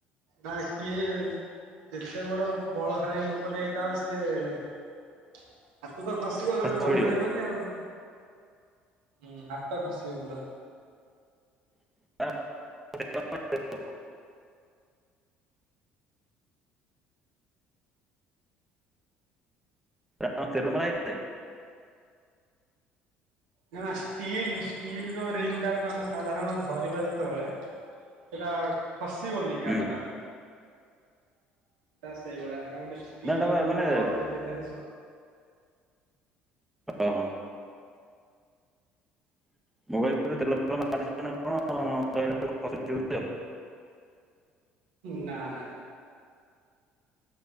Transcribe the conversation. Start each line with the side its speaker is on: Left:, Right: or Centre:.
Right: ନା କିଏ ଯେତେ ବଡ଼ ବଳଶାଳୀ ଲୋକଟେ ହେଇଥାଉ ସେଏ ତୁ ତ ଖସିବ
Centre: ଖସି
Right: ଜଣେ ରହିପାରିବନି
Centre: ପଡିବ
Right: ଆଉ ହୁଁ ହାତ ଖସିବ ପୁରା
Centre: <unintelligible> ସେଟା କଣ ତେଲ ମରାହେଇଥିଲା କି?
Right: ନା ଷ୍ଟିଲ ଷ୍ଟିଲର ରିଙ୍ଗ ଟାକୁ ଆମେ ସାଧାରଣ ଧରିବା ଯେତେବେଳେ ସେଟା- ଖସିବନି କି
Centre: ହୁଁ
Right: ହାତଟା। ସେଟା ଆ ସେଇଭଳିଆ। ଗୋଟେ ଷ୍ଟିଲର
Centre: ନା ଏଟା ପା ମାନେ
Right: ଗୋଟେ ରଡଟା ଦେଇଥା-
Centre: ହ ହଁ। <unintelligible>
Right: ନା ନା।